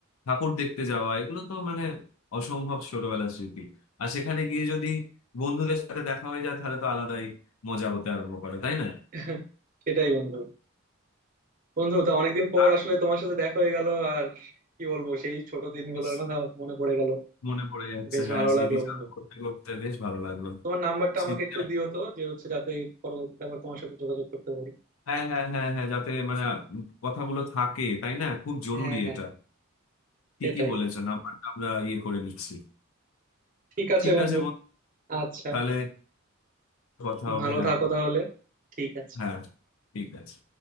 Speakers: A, on the left; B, on the right.
A: ঠাকুর দেখতে যাওয়া এগুলো তো মানে অসম্ভব ছোটবেলার স্মৃতি আর সেখানে গিয়ে যদি বন্ধুদের সাথে দেখা হয়ে যায় তাহলে তো আলাদাই মজা হতে আরম্ভ করে তাই না
B: <laughs> সেটাই বন্ধু বন্ধু তো অনেকদিন পর
A: আ-
B: আসলে তোমার সাথে দেখা হয়ে গেল আর কি বলবো সেই ছোট দিনগুলোর
A: ইস,
B: কথা মনে পড়ে গেল
A: মনে পড়ে যাচ্ছে
B: বেশ
A: হ্যাঁ
B: ভালো
A: স্মৃতিচারণ
B: লাগলো বন্ধু
A: করতে করতে বেশ ভালো লাগলো
B: তোমার নাম্বারটা
A: স্মৃতি-
B: আমাকে একটু দিও তো যে হচ্ছে যাতে পরবর্তীতে আবার তোমার সাথে যোগাযোগ করতে পারি
A: হ্যাঁ হ্যাঁ হ্যাঁ হ্যাঁ যাতে মানে উম, কথাগুলো থাকে তাই না খুব জরুরি
B: হ্যাঁ হ্যাঁ
A: এটা ঠিকই
B: সেটাই
A: বলেছেন আমরা আমরা ইয়ে করে নিচ্ছি
B: ঠিক আছে
A: ঠিক
B: বন্ধু
A: আছে বন্ধু,
B: আচ্ছা
A: তাহলে কথা হবে
B: ভালো
A: হ্যাঁ
B: থাকো তাহলে ঠিক আছে
A: হ্যাঁ ঠিক আছে